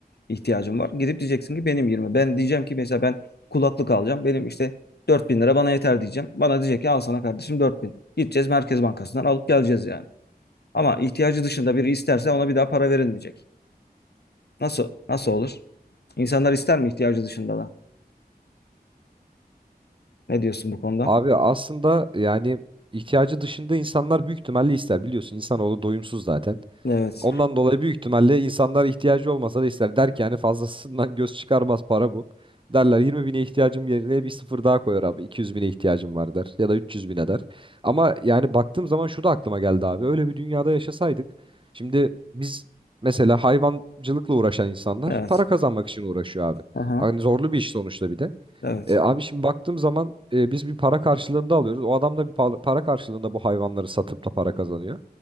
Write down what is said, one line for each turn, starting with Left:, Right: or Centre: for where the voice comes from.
Left: ihtiyacım var. Gidip diyeceksin ki benim 20. Ben diyeceğim ki mesela ben kulaklık alacağım. Benim işte 4000 lira bana yeter diyeceğim. Bana diyecek ki al sana kardeşim 4000. Gideceğiz Merkez Bankası'ndan alıp geleceğiz yani. Ama ihtiyacı dışında biri isterse ona bir daha para verilmeyecek. Nasıl nasıl olur? İnsanlar ister mi ihtiyacı dışında da? Ne diyorsun bu konuda?
Right: Abi aslında yani ihtiyacı dışında insanlar büyük ihtimalle ister. Biliyorsun insanoğlu doyumsuz zaten.
Left: Evet.
Right: Ondan dolayı büyük ihtimalle insanlar ihtiyacı olmasa da ister. Der ki yani fazlasından göz çıkarmaz para bu. Derler 20 bine ihtiyacım yerine bir sıfır daha koyar abi. 200 bine ihtiyacım var der. Ya da 300 bine der. Ama yani baktığım zaman şu da aklıma geldi abi. Öyle bir dünyada yaşasaydık. Şimdi biz mesela hayvancılıkla uğraşan insanlar
Left: Evet.
Right: para kazanmak için uğraşıyor abi.
Left: Aha.
Right: Hani zorlu bir iş sonuçta bir de.
Left: Evet.
Right: E, abi şimdi baktığım zaman e, biz bir para karşılığında alıyoruz. O adam da bir pa- para karşılığında bu hayvanları satıp da para kazanıyor.